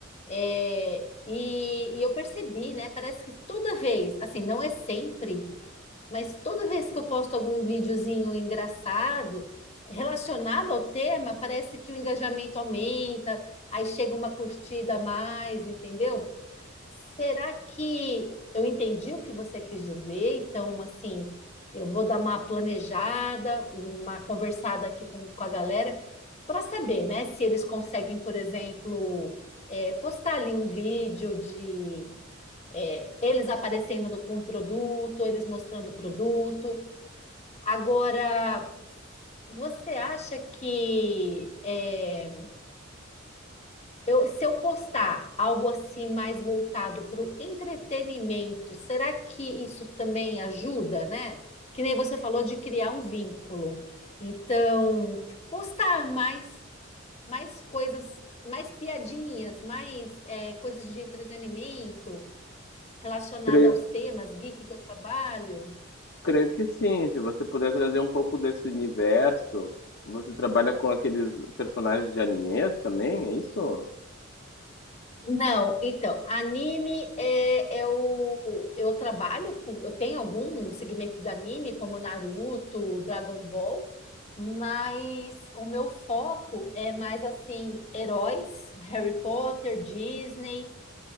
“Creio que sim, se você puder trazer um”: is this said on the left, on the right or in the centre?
Left